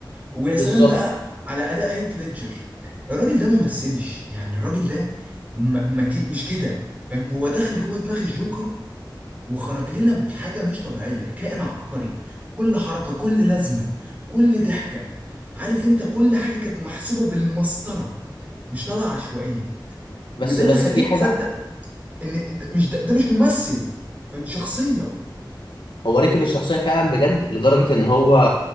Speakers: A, on the right; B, on the left.
A: ويا سلام
B: بالظبط
A: بقى على اداء هيث ليدجر الراجل ده ما مثلش يعني الراجل ده ما ما كي مش كده فاهم هو دخل جوه دماغ الجوكر وخرج لنا بحاجه مش طبيعيه كائن عبقري كل حركه كل لازمه كل ضحكه عارف انت كل حاجه كانت محسوبه بالمسطره مش طالعه عشوائيه
B: بس
A: وده
B: بس
A: اللي خليك
B: في حاجه
A: تصدق ان ده مش ده, ده مش ممثل فاهم دي شخصيه
B: هو ركب الشخصيه فعلا بجد لدرجه ان هو